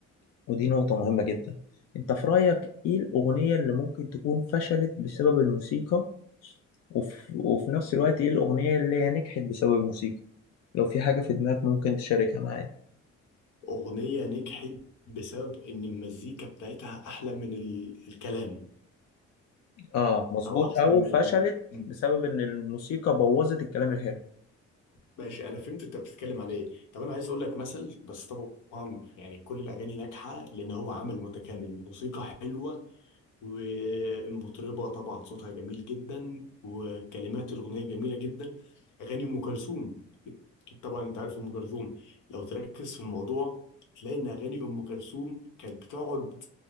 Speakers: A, on the left (about 55°); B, on the left (about 80°).
A: ودي نقطة مهمة جدا أنت في رأيك إيه الأغنية اللي ممكن تكون فشلت بسبب الموسيقى وفي, وفي نفس الوقت إيه الأغنية اللي هي نجحت بسبب الموسيقى لو في حاجة في دماغك ممكن تشاركها معايا
B: أغنية نجحت بسبب إن المزيكا بتاعتها أحلى من ال... الكلام
A: آه مظبوط
B: أو أحسن
A: أو
B: من
A: فشلت
B: ال-
A: بسبب إن الموسيقى بوظت الكلام الحلو
B: ماشي انا فهمت انت بتتكلم على ايه طب انا عايز اقول لك مثل بس طبعا يعني كل الاغاني ناجحه لان هو عمل متكامل الموسيقى حلوه والمطربه طبعا صوتها جميل جدا وكلمات الاغنيه جميله جدا اغاني ام كلثوم اكيد طبعا انت عارف ام كلثوم لو تركز في الموضوع هتلاقي ان اغاني ام كلثوم كانت بتقعد